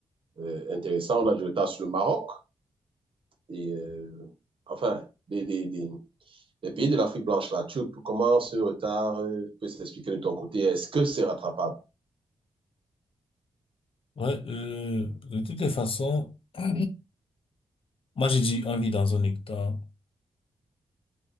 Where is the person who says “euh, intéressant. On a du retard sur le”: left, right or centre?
Right